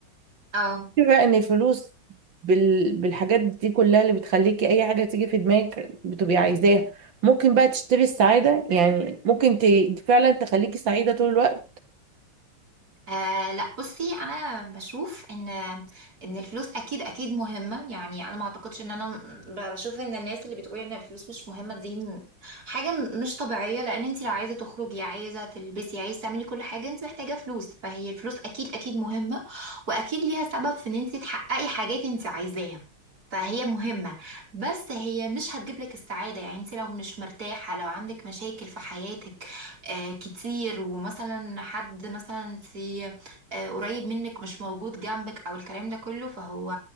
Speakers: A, on the right; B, on the right.
A: اه
B: بقى ان الفلوس بال... بالحاجات دي كلها اللي بتخليكي اي حاجه تيجي في دماغك بتبقي عايزاها ممكن بقى تشتري السعاده يعني ممكن ت... فعلا تخليكي سعيده طول الوقت
A: آه لا بصي انا بشوف ان ان الفلوس اكيد اكيد مهمه يعني انا ما اعتقدش ان انا ب- بشوف ان الناس اللي بتقول ان الفلوس مش مهمه دي م- حاجه م- مش طبيعيه لان انت لو عايزه تخرجي عايزه تلبسي عايزه تعملي كل حاجه انت محتاجه فلوس فهي الفلوس اكيد اكيد مهمه واكيد ليها سبب في ان انت تحققي حاجات انت عايزاها فهي مهمة بس هي مش هتجيب لك السعادة يعني انت لو مش مرتاحة لو عندك مشاكل في حياتك آه، كتير ومثلا حد مثلا سي آه، قريب منك مش موجود جنبك او الكلام ده كله فهو